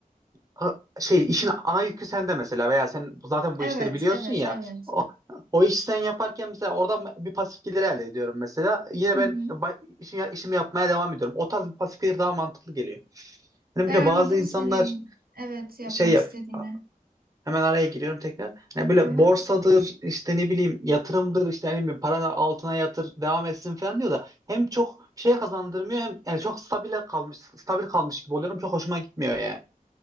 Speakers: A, on the right; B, on the right.
A: A- şey işin ana yükü sende mesela veya sen zaten
B: Evet,
A: bu işleri biliyorsun
B: evet,
A: ya
B: evet.
A: o, o işi sen yaparken mesela oradan bir pasif gelir elde ediyorum mesela yine
B: Hı
A: ben
B: hı.
A: ba- işi- işimi yapmaya devam ediyorum o tarz bir pasif gelir daha mantıklı geliyor hani
B: Ben
A: böyle bazı
B: anladım
A: insanlar
B: senin evet yapmak
A: şey yap
B: istediğini.
A: hemen araya giriyorum tekrar hani böyle
B: Hı hı.
A: borsadır işte ne bileyim yatırımdır işte hani bir paranı altına yatır devam etsin falan diyor da hem çok şey kazandırmıyor hem yani çok stabile kalmış stabil kalmış gibi oluyorum çok hoşuma gitmiyor yani